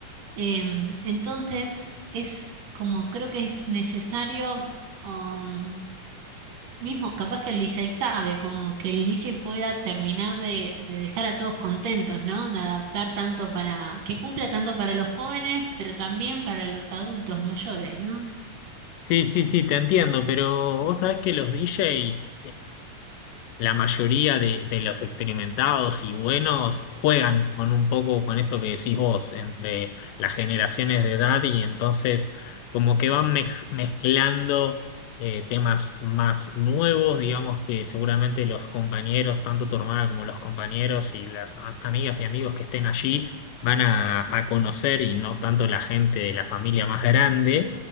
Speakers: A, on the right; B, on the left.
A: Em, entonces, es como creo que es necesario, um, mismo capaz que el DJ sabe, como que el DJ pueda terminar de, de dejar a todos contentos, ¿no? De adaptar tanto para, que cumpla tanto para los jóvenes, pero también para los adultos mayores, ¿no?
B: Sí, sí, sí, te entiendo, pero vos sabés que los DJs, la mayoría de, de los experimentados y buenos juegan con un poco con esto que decís vos, entre las generaciones de edad y entonces como que van mex- mezclando eh, temas más nuevos, digamos que seguramente los compañeros, tanto tu hermana como los compañeros y las a- amigas y amigos que estén allí, van a, a conocer y no tanto la gente de la familia más grande